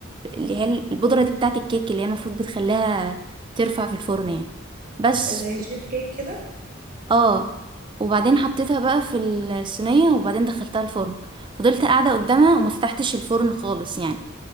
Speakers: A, on the right (about 25°); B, on the right (about 45°).
A: اللي هي البودرة دي بتاعت الكيك اللي هي المفروض بتخليها ترفع في الفرن يعني بس
B: زي الشيف كيك كده
A: اه وبعدين حطيتها بقى في الصينية وبعدين دخلتها الفرن فضلت قاعدة قدامها وما فتحتش الفرن خالص يعني